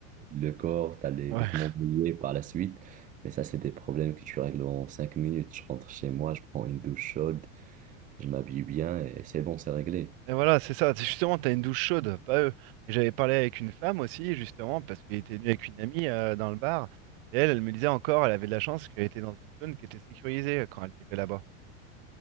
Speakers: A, on the right; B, on the right.
A: le corps, t'as les
B: Ouais.
A: vêtements mouillés par la suite. Mais ça, c'est des problèmes que tu règles en cinq minutes. Je rentre chez moi, je prends une douche chaude, je m'habille bien et c'est bon, c'est réglé.
B: Et voilà, c'est ça. C'est Justement, t'as une douche chaude, pas eux. Et j'avais parlé avec une femme aussi, justement, parce qu'elle était venue avec une amie euh, dans le bar. Et elle, elle me disait encore, elle avait de la chance qu'elle était dans une zone qui était sécurisée euh, quand elle vivait là-bas.